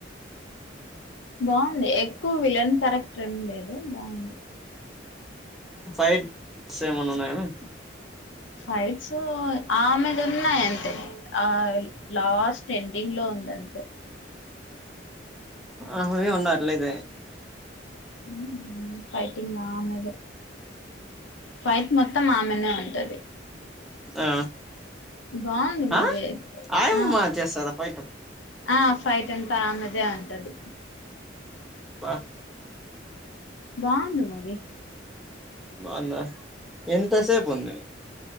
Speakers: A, on the left; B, in the centre.
A: బాగుంది ఎక్కువ విలన్ కారెక్టర్ ఏం లేదు బాగుంది
B: ఫైట్స్ ఏమన ఉన్నాయా మామ్
A: ఫైట్స్ ఆ మీద ఉన్నాయి అంతే ఆల్ లాస్ట్ ఎండింగ్ లో ఉందంతే
B: ఆహ అవి ఉన్నా అట్లేద
A: ఊ ఊ పైటిన్గ్ ఆమెద ఫైట్ మొత్తం ఆమెనే ఉంటది
B: ఆ
A: బాగుంది మూవీ
B: ఆ ఆయమ్
A: ఆ
B: చేస్తదా ఫైస్ట్
A: ఆ ఫైట్ ఎంతా ఆమెదే ఉంటది
B: బ
A: బాగుందును
B: బాగుంద ఎంతసేపు ఉంది